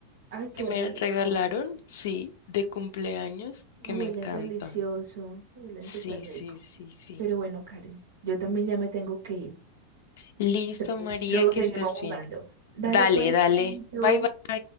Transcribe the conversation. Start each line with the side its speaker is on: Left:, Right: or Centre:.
Right: Ay, qué
Left: que me
Right: rico.
Left: regalaron, sí, de cumpleaños, que
Right: Huelen
Left: me encanta.
Right: delicioso, huelen
Left: Sí,
Right: súper rico.
Left: sí, sí, sí.
Right: Pero bueno, Karen, yo también ya me tengo que ir.
Left: Listo,
Right: Entonces,
Left: María,
Right: luego
Left: que
Right: seguimos
Left: estés bien.
Right: jugando. Dale
Left: Dale,
Right: pues,
Left: dale.
Right: chaito.
Left: Bye, bye.